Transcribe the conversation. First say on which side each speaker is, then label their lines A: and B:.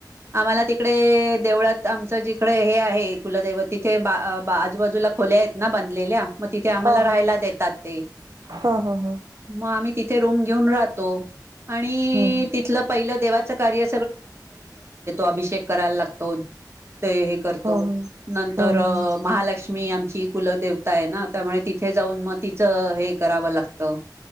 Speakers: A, on the right; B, on the right.
A: आम्हाला तिकडे देवळात आमचं जिकडे हे आहे कुलदैवत तिथे बा आजूबाजूला खोल्या आहेत. ना बाधलेल्या मग तिथे आम्हाला
B: हा
A: राहायला
B: हा
A: देतात ते.
B: हा हा हा.
A: <inaudible> मग आम्ही तिथे रूम घेऊन राहतो <inaudible> आणि
B: हा
A: तिथलं पहिलं देवा देवाच कार्य अभिषेक करायला लागतो. <inaudible> करतो
B: हा
A: <inaudible> नंतर
B: हा हा.
A: महालक्ष्मी. मी आमची कुलदेवता आहे ना त्यामुळे तिथे जाऊन मग तिचं हे करावं लागतं.